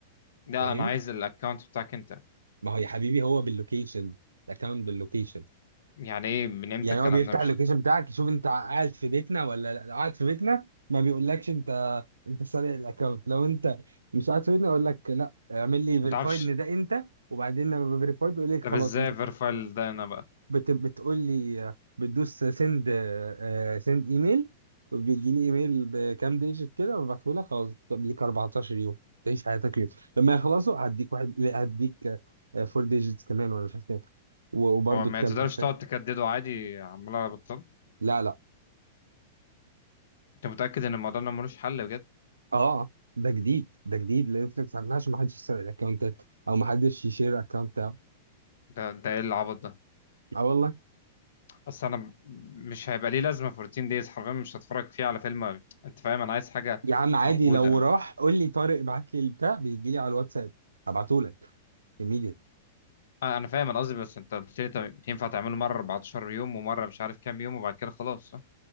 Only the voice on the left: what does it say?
لا
انا عايز الاكونت بتاعك انت
يعني ايه من امتى
الكلام
ده مش
فاهم
ما تعرفش
طب
ازاي
فيرفايل ده انا بقى
هو ما
تقدرش
تقعد تكدده عادي عمال على بطال
انت متأكد ان الموضوع ده ملوش حل بجد
ده ده ايه العبط ده
اصل انا م- مش هيبقى ليه لازمة في روتين دايز حرفيا مش هتفرج فيه على فيلم انت فاهم انا عايز حاجة
موجودة
آه، انا فاهم انا قصدي بس انت قلت لي طب ينفع تعمله مرة 14 يوم ومرة مش عارف كام يوم وبعد كده خلاص صح